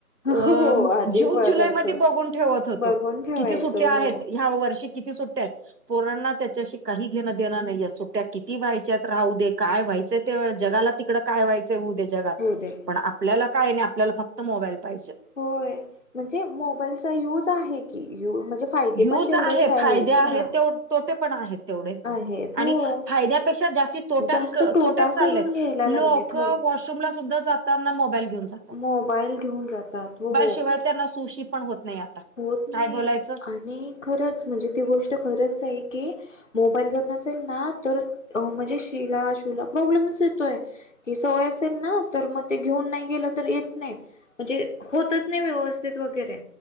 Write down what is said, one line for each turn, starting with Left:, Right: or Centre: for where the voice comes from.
Right: अ
Left: हो हो आधी
Right: जून
Left: बघायचं
Right: जुलैमध्ये बघून ठेवत होतो
Left: बघून ठेवायचं
Right: किती, सुट्ट्या आहेत
Left: हो.
Right: ह्या वर्षी किती सुट्ट्यात पोरांना त्याच्याशी काही घेणं देणं नाही सुट्ट्या किती व्हायच्यात राहू दे. काय व्हायचंय ते जगाला तिकड काय व्हायचंय होऊ दे जगात
Left: होऊ दे
Right: पण आपल्याला काय नाही आपल्याला फक्त मोबाईल पाहिजे.
Left: होय म्हणजे मोबाईलचा यूज आहे की यू म्हणजे फायदे
Right: यूज
Left: पण तेवढेच
Right: आहे फायदे आहेत
Left: हा.
Right: ते तोटे पण आहेत. तेवढे
Left: आहेत हो
Right: आणि फायद्यापेक्षा जास्त तोट्येंकडे
Left: जास्त तोटा
Right: तोटेच चाललेत
Left: करून घ्यायला लागलेत
Right: लोक
Left: होय.
Right: ला सुद्धा जाताना मोबाईल घेऊन जा.
Left: मोबाईल घेऊन जातात हो.
Right: शिवाय त्यांना सु शी पण होत नाही आता.
Left: होत नाही
Right: काय बोलायचं
Left: आणि खरंच म्हणजे ती गोष्ट खरंच आहे की मोबाईल जर नसेल ना तर म्हणजे शिला शुला प्रॉब्लेमच येतोय. कि सवय असेल ना तर मग ते घेऊन नाही गेलं तर येत नाहीत. म्हणजे होतच नाही व्यवस्थित वगैरे.